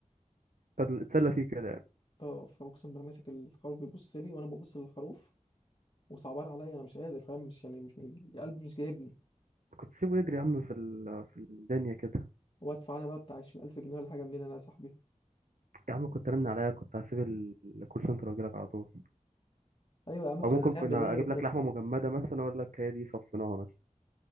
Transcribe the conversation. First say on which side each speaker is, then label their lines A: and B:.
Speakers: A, on the right; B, on the left.
A: طب اتسلى فيه كده يعني
B: اه فاقسم بالله ماسك الخروف بيبص لي وانا ببص للخروف وصعبان عليا انا مش قادر فاهم مش يعني مش من- قلبي مش جايبني
A: كنت سيبه يجري يا عم في ال... في الدنيا كده
B: وادفع انا بقى بتاع 20000 جنيه ولا حاجه منين انا يا صاحبي
A: يا عم كنت رن عليا كنت هسيب ال- الكول سنتر واجي لك على طول
B: ايوه يا عم كنا
A: او ممكن كنا
B: هنعمل ايه
A: اجيب
B: كده
A: لك لحمه مجمده مثلا اقول لك هي دي صفيناها مثلا